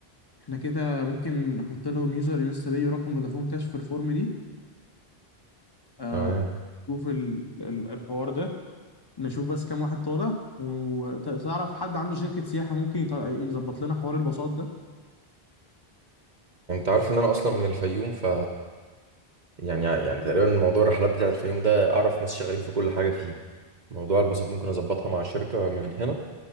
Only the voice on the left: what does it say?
احنا كده ممكن نحط لهم يوزر انستا باي ورقم فودافون كاش في الفورم دي آه،
شوف ال- ال- الحوار ده نشوف بس كام واحد طالع وتعرف حد عنده شركة سياحة ممكن يط- يظبط لنا حوار الباصات ده